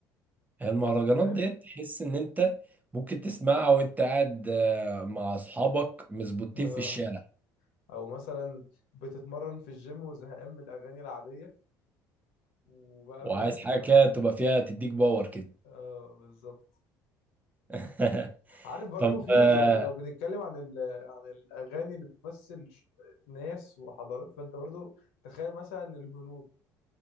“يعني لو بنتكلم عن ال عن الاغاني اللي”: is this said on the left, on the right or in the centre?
Left